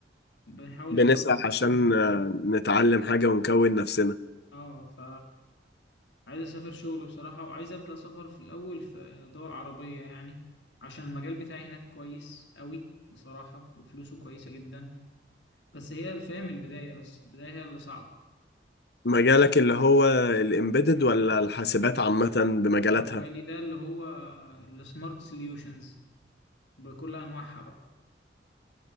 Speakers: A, on the left; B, on the left.
A: بنحاول
B: بنسعى
A: نكون نفسنا
B: عشان آه، نتعلم حاجة ونكون نفسنا
A: اه ف عايز اسافر شغل بصراحة وعايز ابدأ سفر في الاول في دول عربية يعني عشان المجال بتاعي هناك كويس قوي بصراحة وفلوسه كويسة جدا بس هي الفهم البداية بس البداية هي اللي صعبة
B: مجالك اللي هو الامبيدد ولا الحاسبات عامة بمجالاتها
A: لا مجالي ده اللي هو السمارت سوليوشنز بكل انواعها بقى